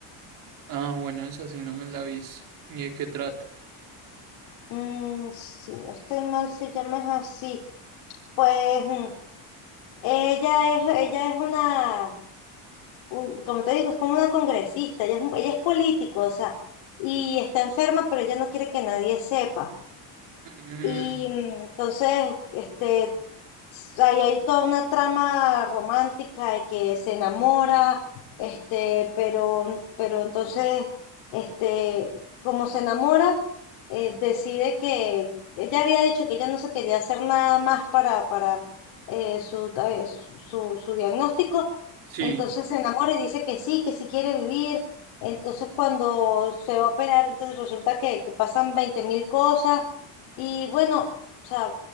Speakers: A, on the right; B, on the left.
A: Ah, bueno, esa sí no me la he visto. ¿Y de qué trata?
B: Mm, si no estoy mal, se llama es así. Pues mm, ella es, ella es una, un- como te digo, es como una congresista, ella es, ella es político, o sea, y está enferma, pero ella no quiere que nadie sepa.
A: Mm,
B: Y mm, entonces, este, Ahí hay toda una trama romántica de que se enamora, este, pero, pero entonces, este, como se enamora, eh, decide que ella había dicho que ella no se quería hacer nada más para, para eh, su, eh, su, su- su diagnóstico,
A: sí,
B: entonces se enamora y dice que sí, que sí quiere vivir, entonces cuando se va a operar, entonces resulta que, que pasan veinte mil cosas y bueno, o sea,